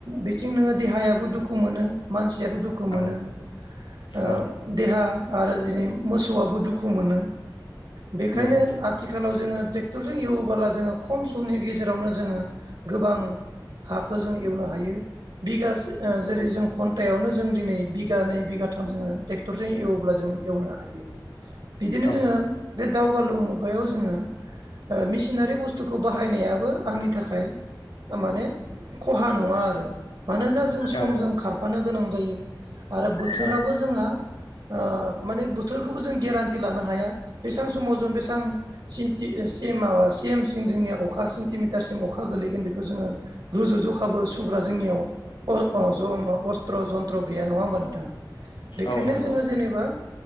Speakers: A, on the right (about 55°); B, on the left (about 85°).
A: बिथिं नोङो देहायाबो दुखु मोनो मानसि दुखु मोनो
B: औ
A: ओ
B: औ
A: देहा आरो <unintelligible> सौआबो दुखु मोनो। बेखायनो
B: नंगौ
A: आथिखालाव जोङो ट्रे क्टरजों एवोबोला जोङो खम समनि गेजेरावनो जोङो गोबां हाखो जों एवनो हायो। बिगास ओ जेरै जों घन्टायावनो जों दिनै बिघानै बिगाथाम जोङो ट्रेक्टरजों एवोब्ला जों एवनो हायो। बिदिनो
B: औ
A: जोङो बे दाउ गालु मुगायाव जोङो ओ मिसिनारि बुस्थुखौ बाहा हायनायाबो आंनि थाखाय माने खहा नङा आरो। मानोना जों समजों
B: औ
A: खारफानो गोनां जायो। आरो बोथोराबो
B: औ
A: जोंहा ओ माने बोथोर जों गेरानटि लानो हाया बेसां समाव जों बेसां सिनि सि एम माबा सि एमसिम जोंनिया अखा सेन्टिमिटारसिम अखा गोलैगोन बेखौ जोङो रुजु जखाबो सुग्रा जोंनियाव अ अ जम अस्त्र' जन्त्र गैया नङा होमबा नोंथां? बेखायनो
B: औ नंगौ
A: जोङो जेनेबा